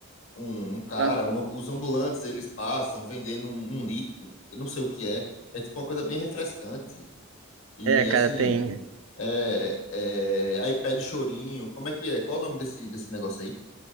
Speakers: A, on the left; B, on the right.
A: um, um cara,
B: Mas,
A: um- os ambulantes eles passam vendendo um, um líquido, eu não sei o que é, é tipo uma coisa bem refrescante. E
B: É, cara,
A: assim,
B: tem.
A: é, é, aí pede o chorinho, como é que é? Qual o nome desse, desse negócio aí?